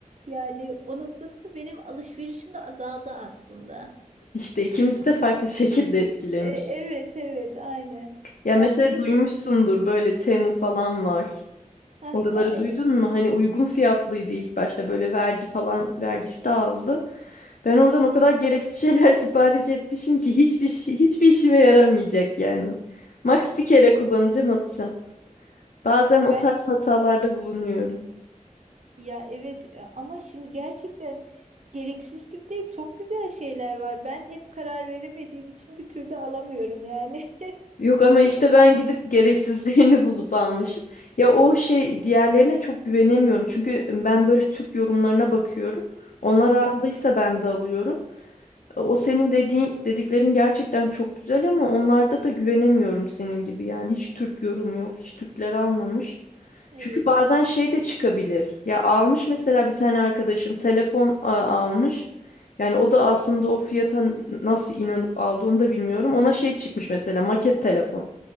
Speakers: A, on the right; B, on the left.
A: Yani o noktada da benim alışverişim de azaldı aslında.
B: İşte ikimizi de farklı <laughs> şekilde etkilemiş.
A: E, evet evet aynen.
B: Ya
A: Yani
B: mesela
A: değişiyor.
B: duymuşsundur böyle Temu falan var.
A: <laughs> Aha,
B: Oraları
A: evet.
B: duydun mu? Hani uygun fiyatlıydı ilk başta böyle vergi falan vergisi de azdı. Ben oradan o kadar gereksiz şeyler <laughs> sipariş etmişim ki hiçbir şey, hiçbir işime yaramayacak yani. Max bir kere kullanacağım atacağım. Bazen
A: Ben
B: o tarz hatalarda bulunuyorum.
A: Ya evet e, ama şimdi gerçekten gereksiz gibi değil çok güzel şeyler var. Ben hep karar veremediğim için bir türlü alamıyorum yani.
B: Yok ama
A: <laughs>
B: işte
A: Bu
B: ben gidip gereksizlerini <laughs> bulup almışım. Ya o şey diğerlerine çok güvenemiyorum. Çünkü ben böyle Türk yorumlarına bakıyorum. Onlar aldıysa
A: Aha,
B: ben de alıyorum. O senin dediğin dediklerin gerçekten çok güzel ama onlarda da güvenemiyorum senin gibi. Yani hiç Türk yorumu yok. Hiç Türkler almamış.
A: evet.
B: Çünkü bazen şey de çıkabilir. Ya almış mesela bir tane arkadaşım telefon a- almış. Yani o da aslında o fiyata n- nasıl inanıp aldı onu da bilmiyorum. Ona şey çıkmış mesela maket telefon.